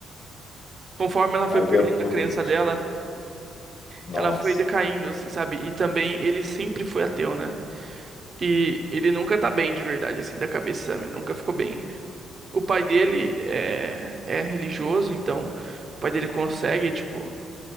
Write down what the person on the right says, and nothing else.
Conforme ela
foi perdendo
a crença dela,
ela foi decaindo, assim, sabe? E também ele sempre foi ateu, né? E ele nunca tá bem de verdade, assim, da cabeça, sabe? Nunca ficou bem. O pai dele é, é religioso, então o pai dele consegue, tipo,